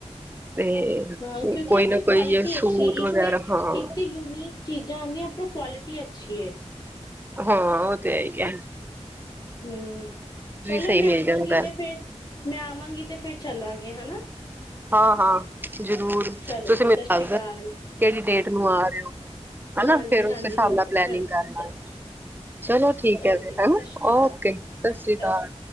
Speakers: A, on the right; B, on the left.
A: ਤੇ
B: ਹਾਂ ਕਿਉਂਕਿ
A: ਕੋਈ
B: ਇੱਥੇ
A: ਨਾ
B: ਕੁਆਲਿਟੀ
A: ਕੋਈ ਜੇ ਸੂਟ
B: ਅੱਛੀ ਇੱਕ
A: ਵਗੈਰਾ
B: ਤੇ
A: ਹਾਂ
B: ਇੱਕ ਤੇ ਯੂਨੀਕ ਚੀਜ਼ਾਂ ਆਂਦੀਆਂ ਆਪਣਾ ਕੁਆਲਿਟੀ ਅੱਛੀ ਏ।
A: ਹਾਂ ਉਹ ਤੇ ਹੈ ਹੀ ਏ।
B: ਹਮ ਚਲੋ
A: ਸਹੀ
B: ਮੈਂ
A: ਮਿਲ
B: ਆਵਾਂਗੀ
A: ਜਾਂਦਾ ਹੈ।
B: ਤੇ ਫੇਰ ਮੈਂ ਆਵਾਂਗੀ ਤੇ ਫੇਰ ਚੱਲਾਂਗੇ ਹਨਾ।
A: ਹਾਂ- ਹਾਂ। ਜ਼ਰੂਰ
B: ਚਲੋ
A: ਤੁਸੀਂ
B: ਜੀ
A: ਮੈਨੂੰ
B: ਸਤਿ ਸ੍ਰੀ
A: ਦੱਸ
B: ਅਕਾਲ
A: ਦੱਸੋ ਕਿਹੜੀ ਡੇਟ ਨੂੰ ਆ ਰਹੇ ਹੋ? ਹਨਾ
B: ਹਾਂਜੀ
A: ਫੇਿਰ ਉਸ
B: ਹਾਂਜੀ
A: ਹਿਸਾਬ
B: ਬਿਲਕੁਲ
A: ਨਾਲ ਪਲਨਿੰਗ
B: ਹਾਂਜੀ
A: ਕਰ ਲਾਂਗੇ
B: ਚ
A: ਚਲੋ ਠੀਕ
B: ਓਕੇ
A: ਹੈ, ਫ ਹਨਾ
B: ਜੀ ਸਤਿ ਸ਼੍ਰੀ ਅਕਾਲ
A: ਓਕੇ ਸਤ
B: ਹਾਂਜੀ
A: ਸ੍ਰੀ
B: ਸਤਿ
A: ਅਕਾਲ।
B: ਸ਼੍ਰੀ